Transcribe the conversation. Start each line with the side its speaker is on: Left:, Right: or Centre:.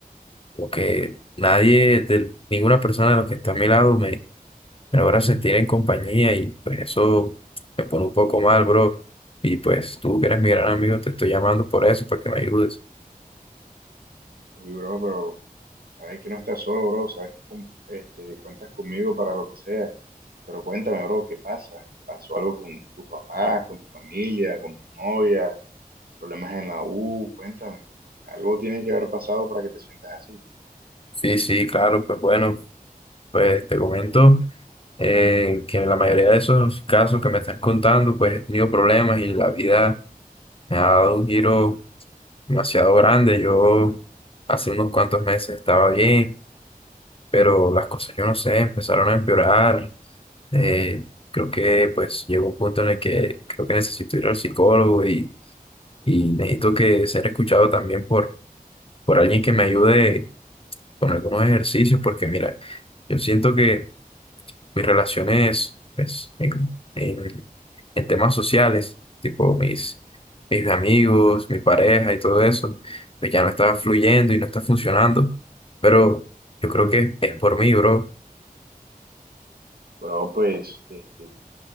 Left: porque nadie, de, ninguna persona de los que está a mi lado me, me logra sentir en compañía y pues eso me pone un poco mal, bro. Y pues tú que eres mi gran amigo, te estoy llamando por eso, para que me ayudes.
Right: Uy, bro, pero sabes que no estás solo, bro, sabes que con- este, cuentas conmigo para lo que sea. Pero cuéntame, bro, ¿qué pasa? ¿Pasó algo con tus papás, con tu familia, con tu novia? ¿Problemas en la U? Cuéntame. Algo tiene que haber pasado para que te sientas así.
Left: Sí, sí, claro, pues bueno, pues te comento eh, que en la mayoría de esos casos que me estás contando, pues he tenido problemas y la vida me ha dado un giro demasiado grande. Yo hace unos cuantos meses estaba bien, pero las cosas, yo no sé, empezaron a empeorar Eh, creo que pues llegó un punto en el que creo que necesito ir al psicólogo y, y necesito que ser escuchado también por, por alguien que me ayude con algunos ejercicios, porque mira, yo siento que mis relaciones pues, en, en- en temas sociales, tipo mis, mis amigos, mi pareja y todo eso, pues ya no está fluyendo y no está funcionando, pero yo creo que es por mí, bro.
Right: Bro, pues, este,